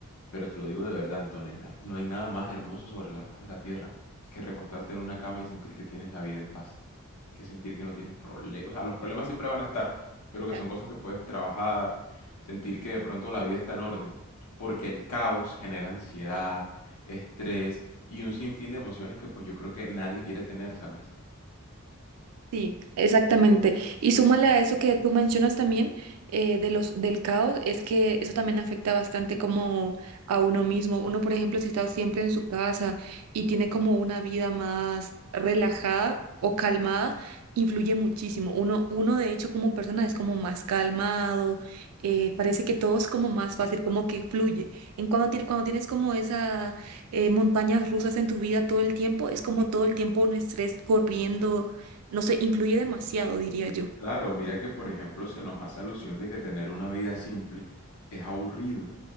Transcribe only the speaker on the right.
Exacto.
Sí, exactamente. Y súmale a eso que tú mencionas también eh, de los, del caos, es que eso también afecta bastante como a uno mismo. Uno, por ejemplo, si está siempre en su casa y tiene como una vida más relajada o calmada, influye muchísimo. Uno, uno de hecho, como persona es como más calmado, eh, parece que todo es como más fácil, como que fluye. En cuando tienes, cuando tienes como esas montañas rusas en tu vida todo el tiempo, es como todo el tiempo un estrés corriendo no sé, influye demasiado, diría yo.